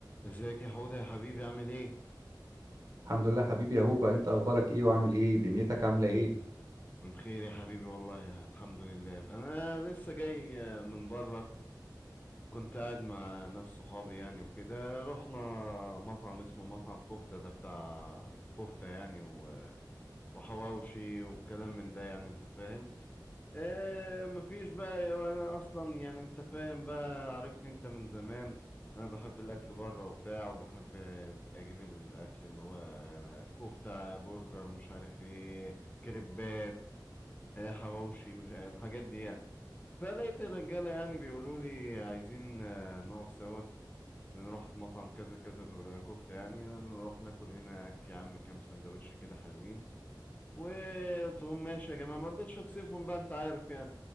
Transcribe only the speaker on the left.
ازيك يا حوده يا حبيبي عامل ايه
بخير يا حبيبي والله الحمد لله انا لسه جاي آه، من بره كنت قاعد مع ناس صحابي يعني وكده رحنا مطعم اسمه مطعم كفتة ده بتاع كفتة يعني و- وحواوشي وكلام من ده يعني انت فاهم آه مفيش بقى يا- وانا اصلا يعني انت فاهم بقى عارفني انت من زمان انا بحب الاكل بره وبتاع وبحب اجيب الاكل اللي هو كفتة برجر مش عارف ايه كريبات آه حواوشي مش الحاجات دي يعني فلقيت الرجالة يعني بيقولوا لي عايزين آه، نقعد سوا نروح مطعم كذا كذا الكفتة يعني نروح ناكل هناك يا عم كام سندوتش كده حلوين وقلت لهم ماشي يا جماعة ما رضيتش اكسفهم بقى انت عارف يعني